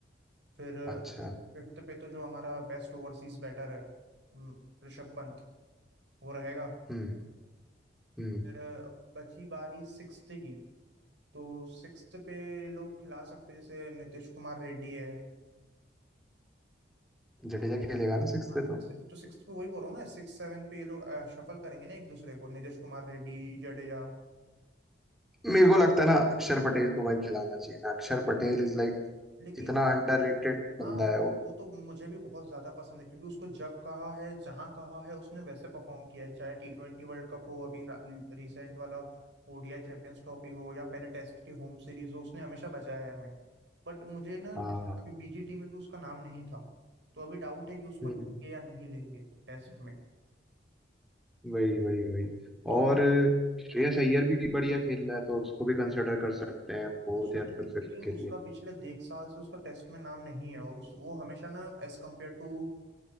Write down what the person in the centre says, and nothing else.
अच्छा
हम्म हम्म
जडेजा खेलेगा ना सिक्स
पे तो
मेरे को लगता है ना अक्षर पटेल को भाई खिलाना चाहिए ना अक्षर पटेल इज लाइक
इतना अंडररेटेड
बंदा है वो
हाँ
हाँ
हम्म
वही वही वही
और श्रेयस अय्यर भी बढ़िया खेल रहा है तो उसको भी कंसिडर कर सकते हैं फोर्थ
या
फिर फिफ्थ के लिए